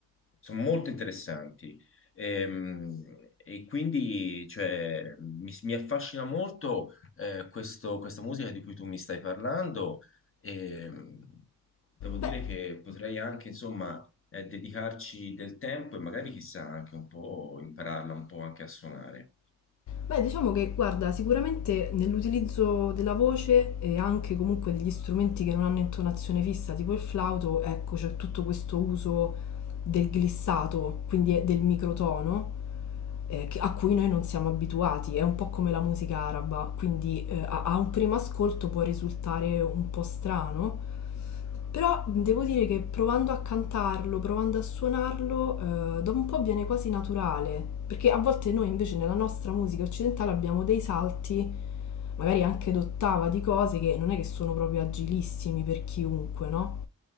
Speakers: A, on the left; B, on the left.
A: Sono molto interessanti. Ehm, E, quindi cioè, mi, mi affascina molto eh, questo- questa musica di cui tu mi stai parlando. E, devo dire
B: Beh,
A: che potrei anche, insomma, eh, dedicarci del tempo e magari chissà anche un po' impararla un po' anche a suonare.
B: Beh, diciamo che, guarda, sicuramente nell'utilizzo della voce e anche comunque degli strumenti che non hanno intonazione fissa, tipo il flauto, ecco, c'è tutto questo uso del glissato, quindi è del microtono, eh, che- a cui noi non siamo abituati. È un po' come la musica araba, quindi eh, a, a un primo ascolto può risultare un po' strano, però devo dire che provando a cantarlo, provando a suonarlo, eh, dopo un po' viene quasi naturale, perché a volte noi invece nella nostra musica occidentale abbiamo dei salti, magari anche d'ottava, di cose che non è che sono proprio agilissimi per chiunque, no?